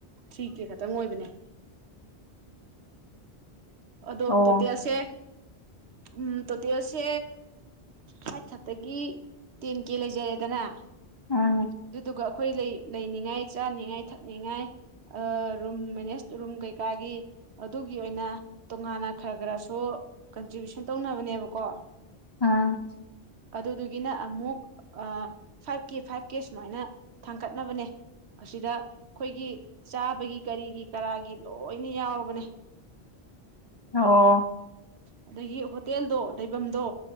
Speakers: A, on the right; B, on the left.
A: ꯊ꯭ꯔꯤ ꯀꯦ ꯈꯛꯇꯪ ꯑꯣꯏꯕꯅꯦ ꯑꯗꯣ
B: ꯑꯣ
A: ꯇꯣꯇꯦꯜꯁꯦ ꯎꯝ ꯇꯣꯇꯦꯜꯁꯦ ꯐꯥꯏꯠ ꯊꯔꯠꯇꯒꯤ ꯇꯦꯟ ꯀꯦ ꯂꯩꯖꯔꯦꯗꯅ
B: ꯎꯝ
A: ꯑꯗꯨꯗꯨꯒ ꯑꯩꯈꯣꯏ ꯂꯩ ꯂꯩꯅꯤꯡꯉꯥꯏ ꯆꯥꯅꯤꯡꯉꯥꯏ ꯊꯛꯅꯤꯡꯉꯥꯏ ꯔꯨꯝ ꯃꯦꯅꯦꯖ ꯔꯨꯝ ꯀꯩꯀꯥꯒꯤ ꯑꯗꯨꯒꯤ ꯑꯣꯏꯅ ꯇꯣꯉꯥꯟꯅ ꯈꯔ ꯈꯔꯁꯨ ꯀꯟꯇ꯭ꯔꯤꯕꯨꯁꯟ ꯍ ꯇꯧꯅꯕꯅꯦꯕꯀꯣ
B: ꯑꯝ
A: ꯑꯗꯨꯗꯨꯒꯤꯅ ꯑꯃꯨꯛ ꯐꯥꯏꯚ ꯀꯦ ꯐꯥꯏꯚ ꯀꯦ ꯁꯨꯃꯥꯏꯅ ꯊꯥꯡꯒꯠꯅꯕꯅꯦ ꯑꯁꯤꯗ ꯑꯩꯈꯣꯏꯒꯤ ꯆꯥꯕꯒꯤ ꯀꯔꯤꯒꯤ ꯀꯔꯥꯒꯤ ꯂꯣꯏꯅ ꯌꯥꯎꯔꯕꯅꯦ
B: ꯑꯣ
A: ꯑꯗꯨꯗꯒꯤ ꯍꯣꯇꯦꯜꯗꯣ ꯂꯩꯐꯝꯗꯣ